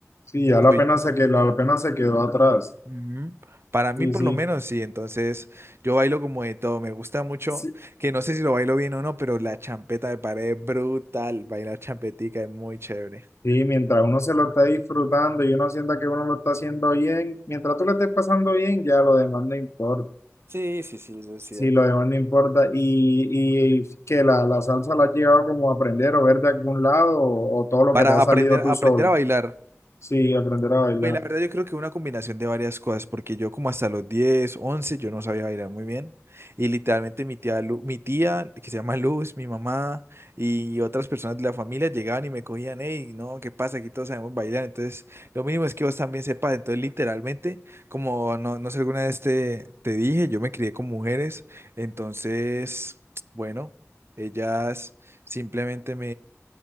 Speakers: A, on the left; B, on the right.
A: Sí, ya la
B: soy
A: pena
B: yo, pues.
A: se quedó, la pena se quedó atrás.
B: Ujú. Para mí,
A: sí
B: por
A: Sí,
B: lo menos, sí. Entonces, yo bailo como de todo. Me gusta mucho,
A: sí.
B: que no sé si lo bailo bien o no, pero la champeta me parece brutal. Bailar champetica es muy chévere.
A: Sí, mientras uno se lo está disfrutando y uno sienta que uno lo está haciendo bien, mientras tú lo estés pasando bien, ya lo demás no importa.
B: Sí, sí, sí, eso es cierto.
A: Sí, lo demás no importa. Y, y que la, la salsa la has llegado como a aprender o ver de algún lado o, o todo lo
B: Para
A: que te ha
B: aprender,
A: salido tú
B: aprender
A: solo.
B: a bailar.
A: Sí, aprender a bailar.
B: Pues la verdad yo creo que una combinación de varias cosas, porque yo como hasta los 10 11 yo no sabía bailar muy bien y literalmente mi tía, Lu- mi tía que se llama Luz, mi mamá y otras personas de la familia llegaban y me cogían, hey, no, ¿qué pasa? Aquí todos sabemos bailar, entonces lo mínimo es que vos también sepas, entonces literalmente como no, no sé alguna vez te, te dije, yo me crié con mujeres, entonces, <tsk> bueno, ellas simplemente